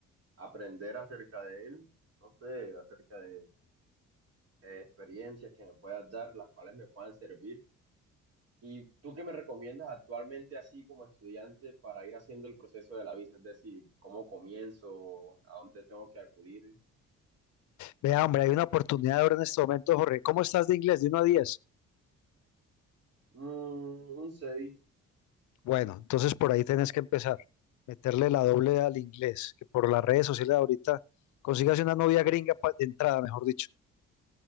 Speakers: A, on the right (about 55°); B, on the left (about 70°).
A: aprender acerca de él, no sé, acerca de eh, experiencias que me puedas dar, las cuales me puedan servir ¿Y tú qué me recomiendas actualmente así como estudiante para ir haciendo el proceso de la visa? Es decir, ¿cómo comienzo? ¿A dónde tengo que acudir?
B: Vea, hombre, hay una oportunidad ahora en este momento, Jorge. ¿Cómo estás de inglés? De uno a 10.
A: Mm, un CEDI.
B: Bueno, entonces por ahí tenés que empezar. Meterle la doble al inglés, que por las redes sociales ahorita consigas una novia gringa pa- de entrada, mejor dicho.